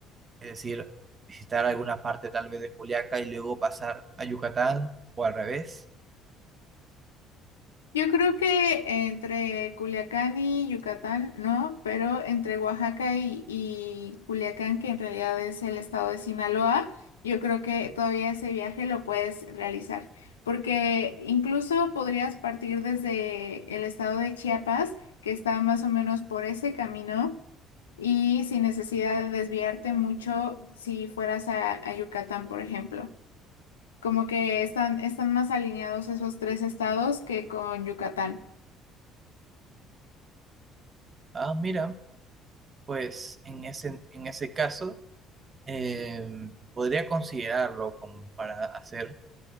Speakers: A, on the right; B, on the left.
A: Es decir, visitar alguna parte tal vez de Juliaca y luego pasar a Yucatán o al revés.
B: Yo creo que entre Culiacán y Yucatán, no, pero entre Oaxaca y, y Culiacán, que en realidad es el estado de Sinaloa, yo creo que todavía ese viaje lo puedes realizar, porque incluso podrías partir desde el estado de Chiapas, que está más o menos por ese camino y sin necesidad de desviarte mucho si fueras a, a Yucatán, por ejemplo. Como que están, están más alineados esos tres estados que con Yucatán.
A: Ah, mira. pues en ese, en ese caso eh, podría considerarlo como para hacer